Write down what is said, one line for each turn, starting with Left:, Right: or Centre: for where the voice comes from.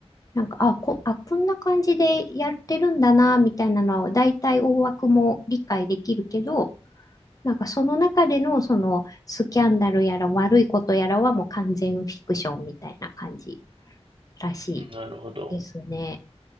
Left: なんか、あ、こ、あ、こんな感じでやってるんだな、みたいなのは、大体大枠も理解できるけど、なんかその中でのそのスキャンダルやら悪いことやらはもう完全フィクションみたいな感じらし
Right: うん。なるほど。
Left: いですね。